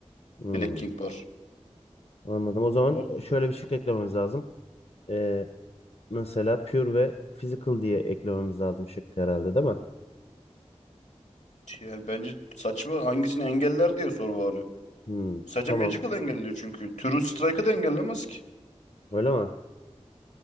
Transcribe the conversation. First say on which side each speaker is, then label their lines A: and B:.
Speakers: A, on the left; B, on the left.
A: Hmm,
B: Black King var.
A: anladım. O zaman
B: O
A: şöyle bir şık eklememiz lazım. Ee, mesela Pure ve Physical diye eklememiz lazım şık herhalde değil mi?
B: yani bence saçma hangisini engeller diye soru bari.
A: Hmm,
B: Sadece
A: tamam.
B: Magical engelliyor çünkü. True Strike'ı da engellemez ki.
A: Öyle mi?